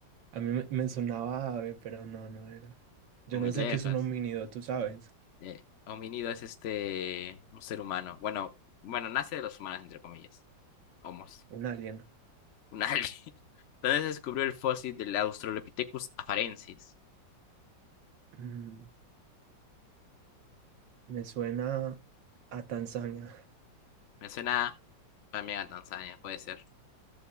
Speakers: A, on the right; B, on the left.
A: a mí me, me sonaba ave, pero no, no era. Yo
B: Muy
A: no
B: lejos.
A: sé qué es un homínido, tú sabes.
B: Eh, homínido es este, un ser humano. Bueno, bueno, nace de los humanos, entre comillas. Homos.
A: Un alien.
B: un alien. <laughs> Donde se descubrió el fósil del Australopithecus afarensis.
A: Mm, me suena a Tanzania.
B: Me suena también a Tanzania, puede ser.